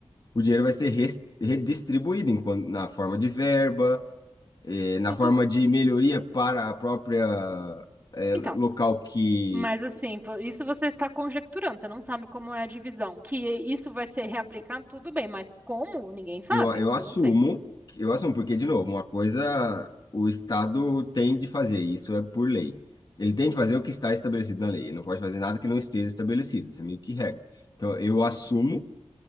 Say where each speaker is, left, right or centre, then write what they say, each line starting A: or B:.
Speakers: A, on the left; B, on the right.
A: O dinheiro vai ser res- redistribuído em quan- na forma de verba, eh, na
B: Tudo.
A: forma de melhoria para a própria, eh,
B: Então,
A: local que
B: mas assim, vo- isso você está conjecturando, você não sabe como é a divisão. Que isso vai ser reaplicado, tudo bem, mas como? Ninguém sabe.
A: Eu, eu assumo,
B: Eu não sei.
A: eu assumo, porque, de novo, uma coisa o Estado tem de fazer, e isso é por lei. Ele tem de fazer o que está estabelecido na lei, ele não pode fazer nada que não esteja estabelecido, isso é meio que regra. Então, eu assumo,